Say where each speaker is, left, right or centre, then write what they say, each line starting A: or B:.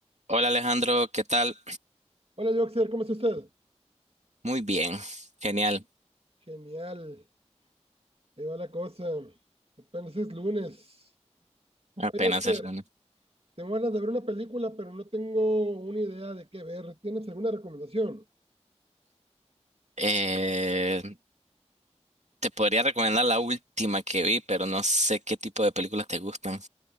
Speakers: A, on the right; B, on the right.
A: Hola Alejandro, ¿qué tal?
B: Hola, Joxer, ¿cómo está usted?
A: Muy bien, genial,
B: Genial, ahí va la cosa. Apenas es lunes.
A: apenas
B: Oye, Joxer,
A: el lunes.
B: tengo ganas de ver una película, pero no tengo una idea de qué ver. ¿Tienes alguna recomendación?
A: Eh, te podría recomendar la última que vi, pero no sé qué tipo de películas te gustan.